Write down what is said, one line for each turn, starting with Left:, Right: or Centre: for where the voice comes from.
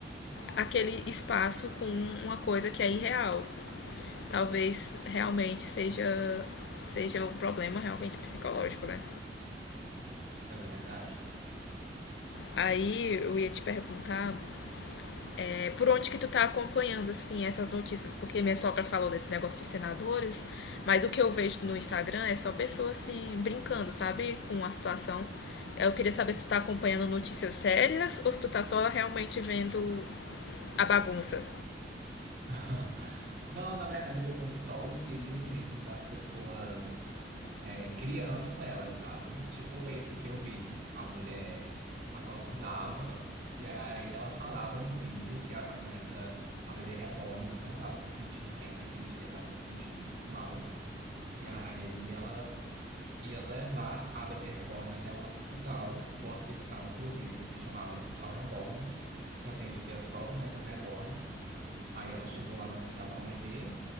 Left: aquele espaço com uma coisa que é irreal. Talvez realmente seja, seja um problema realmente psicológico, né?
Right: é verdade.
Left: Aí eu ia te perguntar é, por onde que tu tá acompanhando, assim, essas notícias. Porque minha sogra falou desse negócio dos senadores, mas o que eu vejo no Instagram é só pessoas, assim, brincando, sabe? Com a situação. Eu queria saber se tu tá acompanhando notícias sérias ou se tu tá só realmente vendo a bagunça.
Right: <laughs> Não, na verdade, eu tô vendo só os vídeos mesmo das pessoas é, criando ela, sabe? Tipo esse que eu vi. A mulher acordava e aí ela falava no vídeo que a boneca, a bebê reborn, não estava se sentindo bem naquele dia, estava se sentindo muito mal. E aí ela ia levar a bebê reborn até o hospital. O hospital, inclusive, se chamava Hospital Reborn, que atendia só bonecas reborn. Aí ela chegou lá no hospital com a bebê.